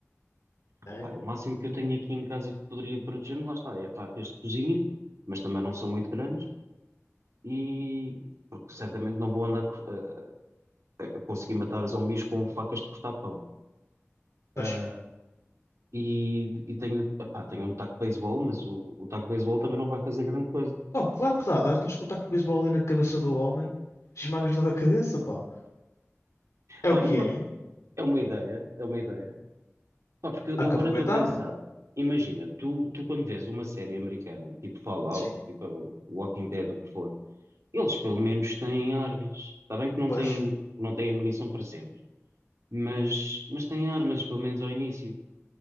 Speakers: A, on the left; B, on the right.
A: Né?
B: Epá, o máximo que eu tenho aqui em casa que poderia proteger-me, lá está, é facas de cozinha, mas também não são muito grandes e porque certamente não vou andar co- a, a- a conseguir matar zumbis com facas de cortar pão. Ah,
A: Mas,
B: e, e tenho, epá, tenho um taco de beisebol, mas o, o taco de beisebol também não vai fazer grande coisa.
A: oh, claro que dá. Dás dás com o taco de beisebol ali na cabeça do homem, esmagas logo a cabeça, pá. É
B: Olha,
A: o que
B: uma-
A: é.
B: é uma ideia, é uma ideia. Pá, porque eu
A: Há que
B: agora
A: aproveitar,
B: estou a pensar,
A: pá.
B: imagina, tu, tu quando vês uma série americana, tipo Fallout,
A: Sim.
B: tipo Walking Dead, o que for, eles pelo menos têm armas. Está bem que não
A: Pois,
B: têm, não têm munição para sempre, mas, mas têm armas, pelo menos ao início.